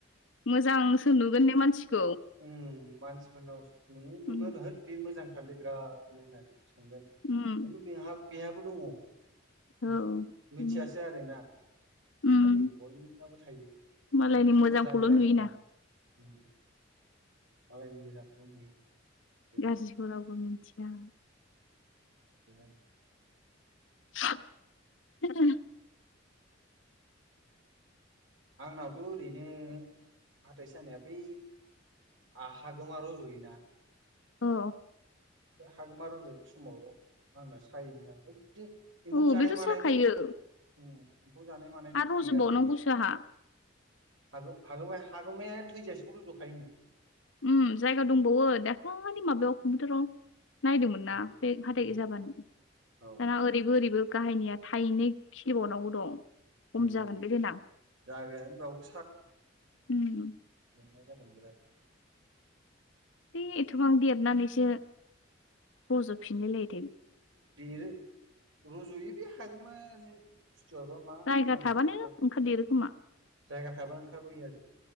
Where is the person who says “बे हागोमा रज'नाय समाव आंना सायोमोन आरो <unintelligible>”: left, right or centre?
Right